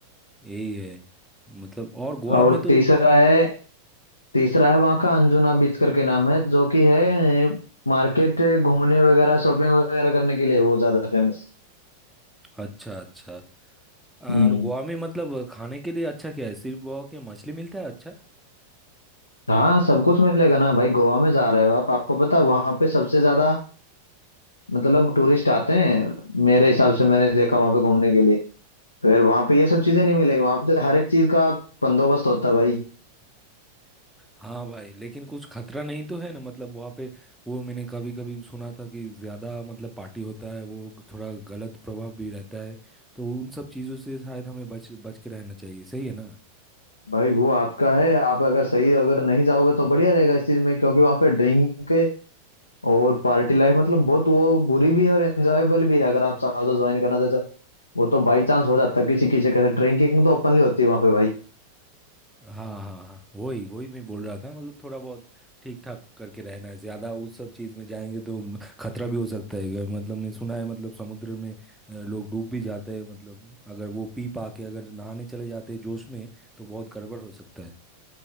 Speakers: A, in the centre; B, on the left.
A: यही है मतलब और गोवा
B: और
A: में तो
B: तीसरा है तीसरा है वहाँ का अंजुना बीच करके नाम है जो कि है मार्केट घूमने वगैरह शॉपिंग वगैरह करने के लिए वो ज्यादा फेमस
A: अच्छा अच्छा और
B: हम्म
A: गोवा में मतलब खाने के लिए अच्छा क्या है सिर्फ वहाँ के मछली मिलता है अच्छा
B: हाँ सब कुछ मिलेगा ना भाई गोवा में जा रहे हो आप आपको पता है वहाँ पे सबसे ज्यादा मतलब टूरिस्ट आते हैं मेरे हिसाब से मैंने देखा वहाँ पे घूमने के लिए फिर वहाँ पे ये सब चीजें नहीं मिलेगी वहाँ पे तो हर एक चीज का बंदोबस्त होता है भाई
A: हाँ भाई लेकिन कुछ खतरा नहीं तो है ना मतलब वहाँ पे वो मैंने कभी कभी सुना था कि ज़्यादा मतलब पार्टी होता है वो थोड़ा गलत प्रभाव भी रहता है तो उन सब चीज़ों से शायद हमें बच बच के रहना चाहिए सही है ना
B: भाई वो आपका है आप अगर सही अगर नहीं जाओगे तो बढ़िया रहेगा इस चीज में क्योंकि वहां पे ड्रिंक और पार्टी लाइफ मतलब बहुत वो बुरी भी है और एंजॉयबल भी है अगर आप चाहो तो ज्वाइन करना चाहते हो। वो तो बाई चांस हो जाता है किसी किसी के साथ ड्रिंकिंग तो ओपनली होती है वहां पे भाई
A: हाँ हाँ हाँ वही वही मैं बोल रहा था मतलब थोड़ा बहुत ठीक ठाक करके रहना है ज़्यादा उस सब चीज़ में जाएंगे तो खतरा भी हो सकता है मतलब मैं सुना है मतलब समुद्र में अ, लोग डूब भी जाते हैं मतलब अगर वो पी पा के अगर नहाने चले जाते हैं जोश में तो बहुत गड़बड़ हो सकता है